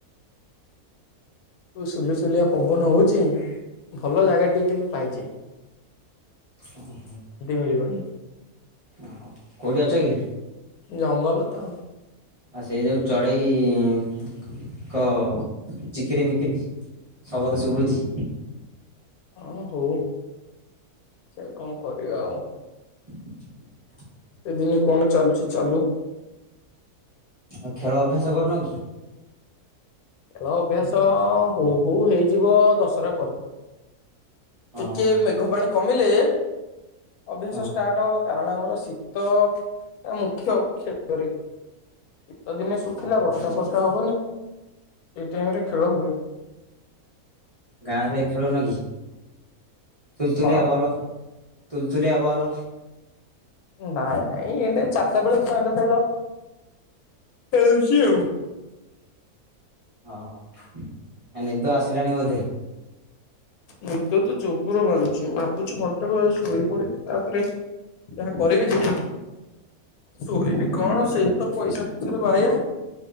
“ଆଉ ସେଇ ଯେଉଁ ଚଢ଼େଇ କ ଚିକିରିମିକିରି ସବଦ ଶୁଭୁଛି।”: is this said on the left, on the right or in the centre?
Right